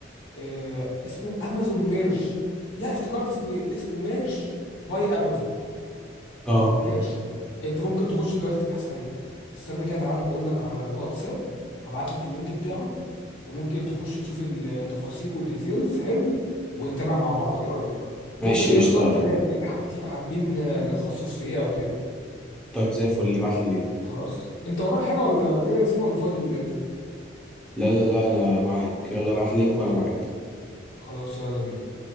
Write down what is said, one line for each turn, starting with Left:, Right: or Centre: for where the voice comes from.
Left: آه، اسمه امازون ميرش لا افتكرت اسمه ايه اسمه ميرش باي امازون
Centre: اه
Left: ميرش انت ممكن تخش دلوقتي تبحث عليه استنى كده تعالى بقول لك على الواتساب هبعت لك اللينك بتاعه وممكن تخش تشوف التفاصيل والديتيلز حلو ونتابع مع بعض ايه رأيك
Centre: ماشي
Left: ممكن نختار
Centre: قشطة
Left: كمان إيه حابتي حابين آه، نتخصص في ايه او كده
Centre: طيب زي الفل ابعت لي اللينك
Left: خلاص انت وراك حاجة ولا كده يا ياسين ولا فاضي الليلة دي
Centre: لا لا لا انا معاك يلا ابعت لي اللينك وانا معاك
Left: خلاص يلا بينا